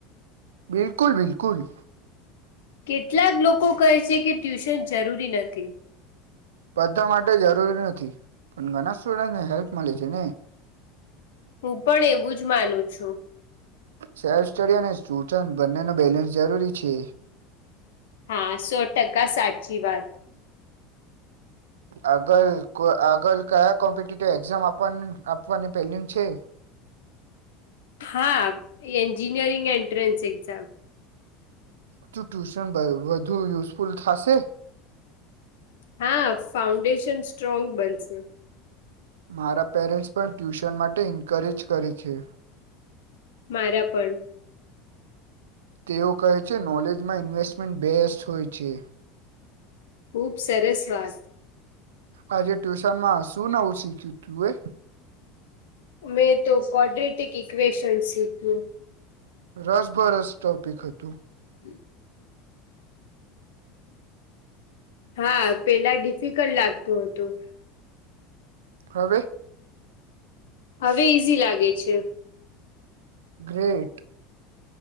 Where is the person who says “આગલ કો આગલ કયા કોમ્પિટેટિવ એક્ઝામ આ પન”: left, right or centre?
Right